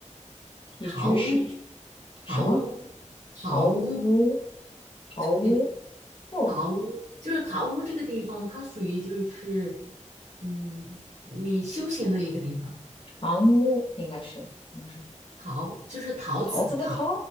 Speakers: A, on the left; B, on the right.
A: 起居室，
B: 桃屋，桃屋，
A: 什么
B: 桃屋。
A: 桃屋、桃屋，
B: <laughs>
A: 哦，
B: 桃屋就是桃屋这个地方，它属于就是，嗯，你休闲的一个地方。
A: 堂屋应该是，应该是
B: 桃就是桃子的桃，
A: 桃子的桃。